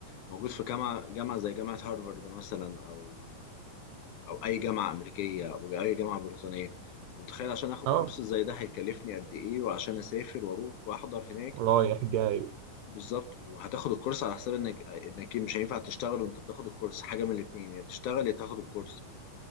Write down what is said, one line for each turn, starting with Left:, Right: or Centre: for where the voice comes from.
Left: موجود في جامعة جامعة زي جامعة هارفارد مثلا أو أو أي جامعة أمريكية أو أي جامعة بريطانية فمتخيل عشان آخد
Right: اه
Left: كورس زي ده هيكلفني قد إيه وعشان أسافر وأروح وأحضر هناك
Right: رايح جاي
Left: بالظبط وهتاخد الكورس على حساب إنك إنك مش هينفع تشتغل وأنت بتاخد الكورس حاجة من الاتنين يا تشتغل يا تاخد الكورس